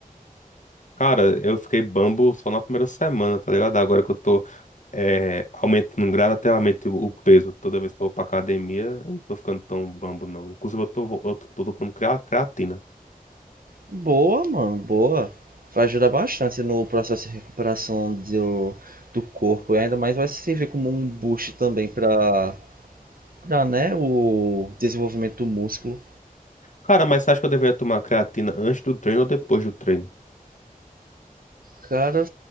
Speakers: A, on the left; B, on the right.
A: Cara, eu fiquei bambo só na primeira semana, tá ligado? Agora que eu tô é, aumentando gradativamente o o peso toda vez que eu vou pra academia, eu não tô ficando tão bambo, não. Inclusive, eu tô, eu tô, tô tomando crea- creatina.
B: Boa, mano, boa. Vai ajudar bastante no processo de recuperação do, do corpo. E ainda mais vai servir como um boost também pra, pra, né, o desenvolvimento do músculo.
A: Cara, mas você acha que eu deveria tomar creatina antes do treino ou depois do treino?
B: Cara,